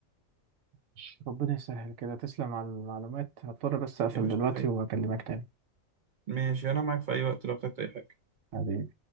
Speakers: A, on the right (about 80°); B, on the right (about 60°).
A: ماشي، ربنا يسهل كده تسلم على المعلومات هضطر بس اقفل
B: يا باشا
A: دلوقتي واكلمك
B: ماشي انا معاك في اي وقت لو احتجت اي حاجه
A: تاني